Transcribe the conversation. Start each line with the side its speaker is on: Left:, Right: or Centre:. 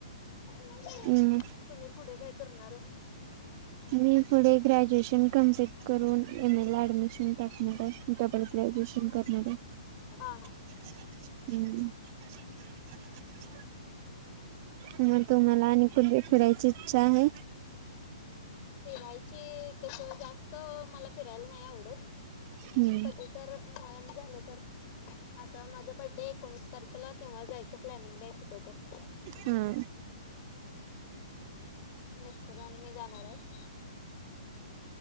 Left: मग
Right: हम्म
Left: तुम्ही पुढे काय करणार आहे?
Right: मी पुढे ग्रॅज्युएशन कंप्लीट करून एम ए ला ऍडमिशन टाकणार आहे. म ग्रॅज्युएशन करणारए.
Left: हा हा.
Right: हम्म. मग तुम्हाला आणि कुठ फिरायची इच्छा आहे.
Left: फिरायची तस जास्त मला फिरायला नाय आवडत
Right: हम्म
Left: कधी तर म नं झालं तर आता माझा बड्डे एकोणीस तारखेला तेव्हा जायचं प्लॅनिंग हाय कुठे तर
Right: हा
Left: मित्र आणि मी जाणार आहे.